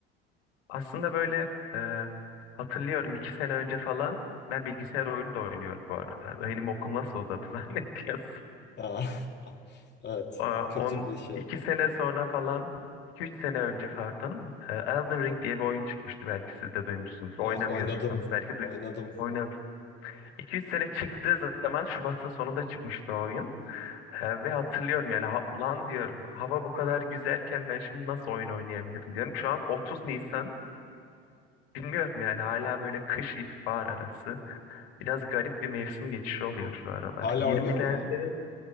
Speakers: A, on the left (about 75°); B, on the left (about 35°).
A: aslında böyle e, hatırlıyorum iki sene önce falan ben bilgisayar oyunu da oynuyorum bu arada. Benim okul nasıl uzadı <laughs> zannediyorsun?
B: Aa, <laughs> Evet,
A: Aa,
B: kötü
A: On,
B: bir şey.
A: iki sene sonra falan, iki üç sene önce pardon e, Elden Ring diye bir oyun çıkmıştı belki siz de duymuşsunuzdur.
B: Evet,
A: Oynamıyorsanız
B: oynadım,
A: belki
B: oynadım.
A: duy oynam. 2-3 sene çıktığı zaman Şubat'ın sonunda çıkmıştı o oyun. Ee, ve hatırlıyorum yani ha- lan diyorum hava bu kadar güzelken ben şimdi nasıl oyun oynayabilirim diyorum. Şu an 30 Nisan bilmiyorum yani hala böyle kış ilkbahar arası. Biraz garip bir mevsim geçişi oluyor şu aralar.
B: Hala
A: 20'lerde
B: oynuyor mu?